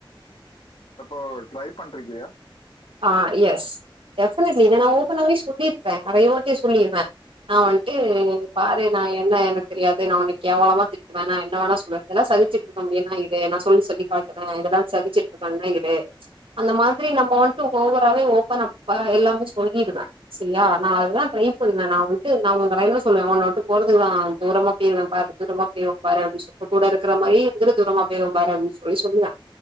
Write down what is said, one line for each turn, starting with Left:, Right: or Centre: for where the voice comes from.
Left: இப்போ ட்ரை பண்ட்ருக்கியா
Right: ஆ எஸ் டெஃபனெட்லி இத நா ஓப்பனாவே சொல்லிருப்பே நெறைய வாட்டி சொல்லிருவே நா வந்ட்டு இது பாரு நா என்ன எனக்கு தெரியாது நா உன்ன கேவலமா திட்டுவே நா என்ன வேணா சொல்லுவே இதெல்லா சகிச்சிட்ருக்க முடியுனா இதயே நா சொல்லி சொல்லி காட்டுவே இதெல்லா சகிச்சிட் பண்றே இது அந்த மாதிரி நம்ம வந்ட்டு ஓவராவே ஓப்பனா அப்ப எல்லாமே சொல்லிடுவே செரியா நா அததா ட்ரை பண்ணுவே நா வந்ட்டு நியாவுக இருக்க டைல்ல சொல்லுவே ஒன்ன விட்டு போறதுக்குதா தூரமா போயிருவே பாரு தூரமா போய்ருவே பாரே அப்டின் சொல் இப்ப கூட இருக்குற மாரி எந்திர துரமா போய்ருவே பாரே அப்டின் சொல்லி சொல்லுவே